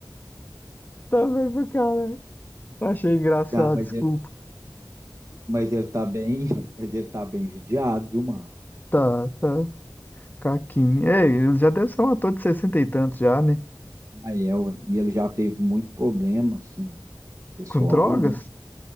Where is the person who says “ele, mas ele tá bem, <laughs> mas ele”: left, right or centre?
Right